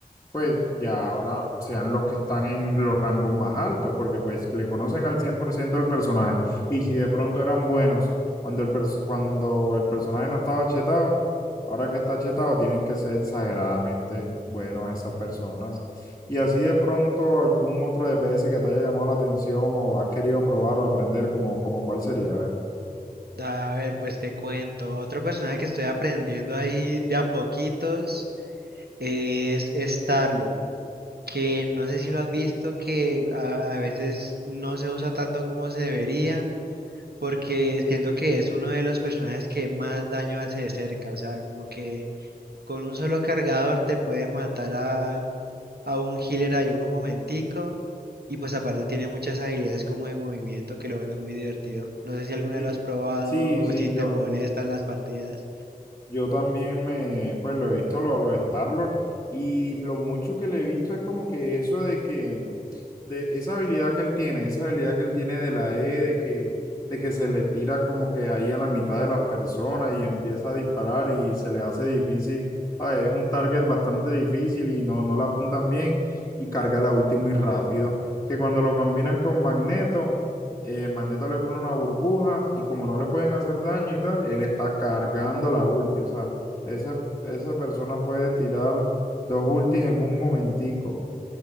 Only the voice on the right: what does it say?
A ver, pues te cuento, otro personaje que estoy aprendiendo ahí de a poquitos es Starlord, que no sé si lo has visto, que a, a veces no se usa tanto como se debería porque siento que es uno de los personajes que más daño hace de cerca, o sea, como que con un solo cargador te puede matar a, a un healer ahí en un momentico, y pues aparte tiene muchas habilidades como de movimiento que lo vuelve muy divertido. No sé si alguna
vez lo has probado
o
si
te molestan las partidas.